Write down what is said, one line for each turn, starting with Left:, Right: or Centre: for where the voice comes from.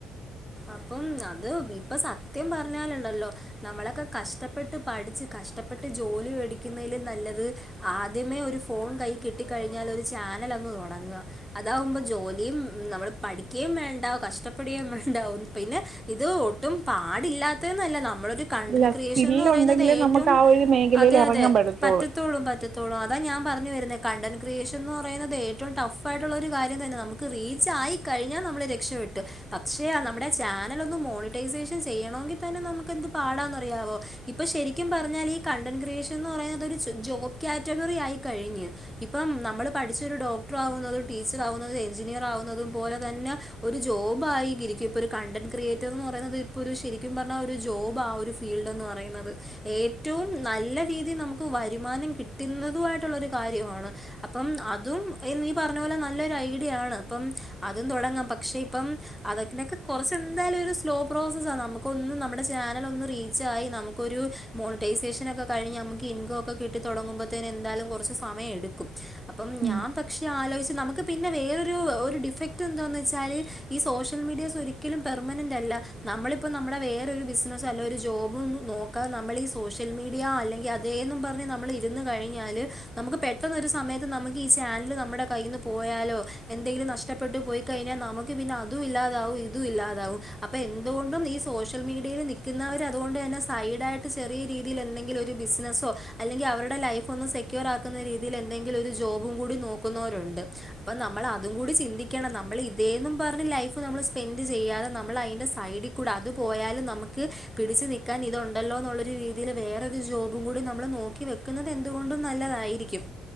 Centre: അപ്പം അത് ഇപ്പൊ സത്യം പറഞ്ഞാല്ണ്ടല്ലോ നമ്മളൊക്കെ കഷ്ടപ്പെട്ട് പഠിച്ച് കഷ് കഷ്ടപ്പെട്ട് ജോലി വേടിക്കുന്നതിലും നല്ലത് ആദ്യമേ ഒരു ഫോൺ കൈ കിട്ടിക്കഴിഞ്ഞാല് ഒരു ചാനൽ അങ്ങ് തൊടങ്ങാ അതകുമ്പോ ജോലിയും നമ്മള് പഠിക്കുകയും വേണ്ട കഷ്ടപ്പെടുകയും വേണ്ട ഉണ്ടാവും പിന്നെ ഇത് ഒട്ടും പാടില്ലാത്തന്നല്ല ന നമ്മളൊരു കണ്ടന്റ്
Right: അല്ല
Centre: ക്രിയേഷൻ
Right: സ്കില്ലുണ്ടെങ്കിലേ
Centre: ന്ന് പറയുന്നത് ഏറ്റവും
Right: നമുക്ക് ആ ഒരു മേഖലയിൽ
Centre: അതെ
Right: ഇറങ്ങാൻ
Centre: അതെ
Right: പറ്റത്തുള്ളൂ
Centre: പറ്റത്തൊള്ളു പറ്റത്തൊള്ളു അതാ ഞാൻ പറ ഞ്ഞു വെരുന്നെ കണ്ടന്റ് ക്രിയേഷൻ എന്ന് പറയുന്നത് ഏറ്റവും ടഫായിട്ടുള്ള ഒരു കാര്യം തന്നെ നമുക്ക് റീച്ച് ആയി കഴിഞ്ഞാ നമ്മൾ രക്ഷപെട്ട് പ പക്ഷെ നമ്മുടെ ചാനൽ ഒന്ന് മോണിറ്റൈസേഷൻ ചെയ്യണമെങ്കിൽ തന്നെ നമുക്ക് എന്ത് പാടാന്നറിയാവോ ഇപ്പൊ ശ രിക്കും പറഞ്ഞാല് ഈ കണ്ടൻ്റ് ക്രിയേഷൻ ന്നു പറേന്നത് ഒരു ജോബ് കാറ്റഗറി ആയിക്കഴിഞ്ഞു ഇപ്പം നമ്മ ള് പഠിച്ച് ഒരു ഡോക്ടർ ആവുന്നതും ടീച്ചർ ആവുന്നതും എഞ്ചിനീയർ ആവുന്നതും പോലെ തന്നെ ഒരു ജോബായി ഇരിക്കും ഇപ്പോ ഒരു കണ്ടന്റ് ക്രിയേറ്റർ എന്ന് പറയുന്നത് ഇപ്പോ ഒരു ശരിക്കും പറഞ്ഞാ ഒരു ജോബ് ആ ഒരു ഫീൽഡ് എന്ന് പറയുന്നത് ഏറ്റവും നല്ല രീതിയി നമുക്ക് വരുമാനം കിട്ടുന്നതു ആയിട്ടുള്ള ഒരു കാര്യമാണ് അപ്പം അതും നീ പറഞ്ഞ പോലെ നല്ലൊരു ഐഡിയ ആണ് ഇപ്പം അതും തുടങ്ങാം പക്ഷെ ഇപ്പം അതൊക്കെയൊക്കെ കൊറച്ച് എന്തായാലും ഒരു സ്ലോ പ്രോസസ്സാ നമുക്കൊന്ന് നമ്മുടെ ചാനലൊന്ന് റീച്ചായി നമുക്കൊരു മോണിറ്റൈസേഷൻ ഒക്കെ കഴിഞ്ഞ് നമുക്ക് ഇൻകം ഒക്കെ കിട്ടി തുടങ്ങുമ്പോത്തേന് എന്താലും കൊറച്ച് സമയം എടുക്കും അപ്പം
Right: ഉം
Centre: ഞാൻ പക്ഷെ ആലോചിച്ചു നമുക്ക് പിന്നെ വേറൊരു ഒരു ഡിഫക്ട് എന്താന്ന് വെച്ചാല് ഈ സോഷ്യ ൽ മീഡിയാസ് ഒരിക്കലും പെർമനന്റല്ല നമ്മളിപ്പ നമ്മടെ വേറൊരു ബിസിനസ്സ് അല്ലെ ഒരു ജോബ് നോക്കാ നമ്മള് ഈ സോഷ്യൽ മീഡിയ അല്ലെങ്കി അതേന്നും പറഞ്ഞ് നമ്മൾ ഇരുന്നു കഴിഞ്ഞാല് നമുക്ക് പെട്ടെന്ന് ഒരു സമയത്ത് നമുക്ക് ഈ ചാനൽ നമ്മുടെ കയ്യിൽ നിന്ന് പോയാലോ എന്തെങ്കിലും നഷ്ടപ്പെട്ട് പോയി കഴിഞ്ഞാൽ നമക്ക് പിന്നെ അതു ഇല്ലാതാവും ഇതു ഇല്ലാതാവും അപ്പൊ എന്തുകൊണ്ടും ഈ സോഷ്യൽ മീഡിയയില് നിക്കുന്നവര് അതുകൊണ്ട് തന്നെ സൈ ഡായിട്ട് ചെറിയ രീതിയില് എന്തെങ്കിലും ഒരു ബിസിനസ്സോ അല്ലെങ്കി അവരുടെ ലൈഫ് ഒന്ന് സെക്യൂർ ആക്കുന്ന രീതിയിൽ എന്തെങ്കിലും ലൊരു ജോബും കൂടി നോക്കുന്നവരുണ്ട് അപ്പൊ നമ്മളതും കൂടി ചിന്തിക്കണം നമ്മൾ ഇതേന്നും പറ ലൈഫ് ഫ് നമ്മള് സ്പെൻഡ് ചെയ്യാതെ നമ്മളയിൻ്റെ സൈഡി കൂടെ അത് പോയാലും നമുക്ക് പിടിച്ചു നിൽക്കാൻ ഇതൊണ്ട ല്ലോ എന്നുള്ളരു രീതിൽ വേറരു ജോബും കൂടി നമ്മള് നോക്കി വെക്കുന്നത് എന്തുകൊണ്ടും നല്ലതായിരിക്കും